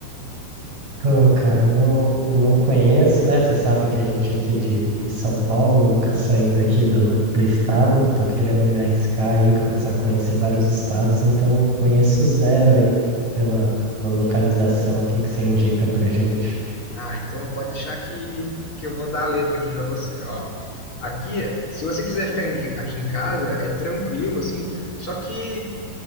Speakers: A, on the right; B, on the left.
A: Pô, cara, não, eu não conheço, né? Você sabe que a gente aqui de, de São Paulo, nunca saí daqui do, do estado. Tô querendo me arriscar aí, começar a conhecer vários estados, então conheço zero aí pela, pela localização. O que que você indica pra gente?
B: Ah, então pode deixar que, que eu vou dar a letra aqui para você, ó. Aqui, se você quiser ficar em- aqui em casa, é tranquilo, assim, só que